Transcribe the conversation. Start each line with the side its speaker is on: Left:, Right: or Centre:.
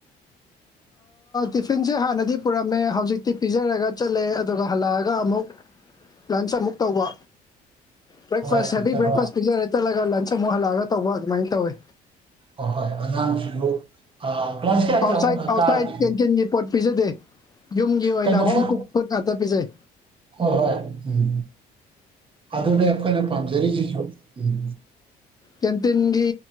Left: ꯇꯤꯐꯤꯟꯁꯦ ꯍꯥꯟꯅꯗꯤ ꯄꯨꯔꯝꯃꯦ ꯍꯧꯖꯤꯛꯇꯤ ꯄꯤꯖꯔꯒ ꯆꯠꯂꯦ ꯑꯗꯨꯒ ꯍꯜꯂꯛꯑꯒ ꯑꯃꯨꯛ ꯂꯟꯁ ꯑꯃꯨꯛ ꯇꯧꯕ ꯕ꯭ꯔꯦꯛꯐꯥꯁ
Right: ꯍꯣꯏ
Left: ꯍꯦꯕꯤ
Right: ꯀꯩꯅꯣ
Left: ꯕ꯭ꯔꯦꯛꯐꯥꯁ ꯄꯤꯖꯥꯗꯦ ꯆꯠꯂꯒ ꯂꯟ ꯑꯃꯨꯛ ꯍꯜꯂꯛꯑꯒ ꯇꯧꯕ ꯑꯗꯨꯃꯅ ꯇꯧꯋꯦ
Right: ꯑꯣ ꯍꯣꯏ ꯍꯣꯏ ꯑꯉꯥꯡꯁꯨ ꯀ꯭ꯂ꯭ꯥꯁ ꯀꯌꯥ
Left: ꯑꯥꯎꯠꯁꯥꯏꯠ
Right: ꯀꯌꯥꯃꯨꯛ
Left: ꯑꯥꯎꯠꯁꯥꯏꯠ
Right: ꯀꯥꯔꯒꯦ
Left: ꯀꯦꯟꯇꯤꯟꯒꯤ ꯄꯣꯠ ꯄꯤꯖꯗꯦ ꯌꯨꯝꯒꯤ ꯑꯣꯏꯅ
Right: ꯀꯩꯗꯧꯕ
Left: ꯍꯣꯝ ꯀꯨꯛ ꯐꯨꯗ ꯉꯥꯛꯇ ꯄꯤꯖꯩ
Right: ꯍꯣꯏ ꯍꯣꯏ ꯎꯝ ꯑꯗꯨꯅꯦ ꯑꯩꯈꯣꯏꯅ ꯄꯥꯝꯖꯔꯤꯁꯤꯁꯨ ꯎꯝ
Left: ꯀꯦꯟꯇꯤꯟꯒꯤ